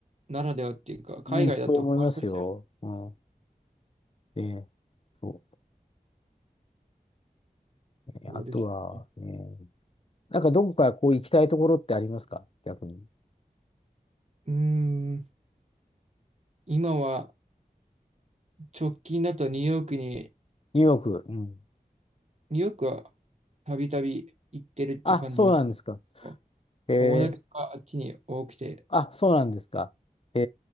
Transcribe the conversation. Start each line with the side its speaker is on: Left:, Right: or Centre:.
Right: ならではっていうか、海外だと壊され
Left: うん、そう思いますよ。うん。で、そうね。
Right: そうですよね。
Left: あとはね、なんかどこかこう行きたいところってありますか逆に。
Right: うーん、今は直近だとニューヨークに
Left: ニューヨーク。うん。
Right: ニューヨークはたびたび行ってるって感じだけ
Left: あ、そうなんですか。
Right: ど、
Left: えー、
Right: 友達があっちに多くて、
Left: あ、そうなんですか。え